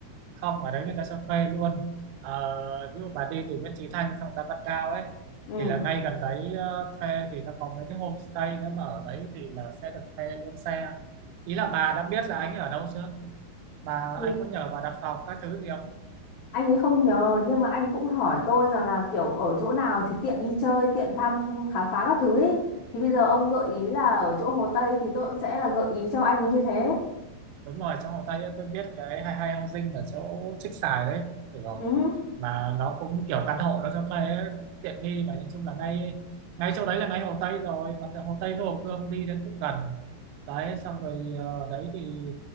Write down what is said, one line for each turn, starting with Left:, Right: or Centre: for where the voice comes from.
Right: không ở đấy người ta cho thuê luôn Ờ, ví dụ bà đi từ Nguyễn Chí Thanh sang Giá Văn Cao ấy
Left: ừ
Right: thì là ngay gần đấy ờ, thuê thì nó có mấy cái homestay nữa mà ở đấy thì là sẽ được thuê luôn xe ý là bà đã biết là anh ấy ở đâu chưa bà
Left: thì
Right: anh có nhờ bà đặt phòng các thứ gì không
Left: anh ấy không nhờ nhưng mà anh cũng hỏi tôi rằng là kiểu ở chỗ nào thì tiện đi chơi tiện thăm khám phá các thứ ý thì bây giờ ông gợi ý là ở chỗ Hồ Tây thì tôi cũng sẽ là gợi ý cho anh ấy như thế
Right: đúng rồi trong vòng tay ấy, tôi biết cái hai hai housing ở chỗ Trích Xài đấy cũng được
Left: ừ
Right: mà nó cũng kiểu căn hộ nó cho thuê ấy, cũng tiện nghi mà nhìn chung là ngay ngay chỗ đấy là ngay Hồ Tây rồi mà từ Hồ Tây với Hồ Gươm đi đến cũng gần đấy xong rồi ờ, đấy thì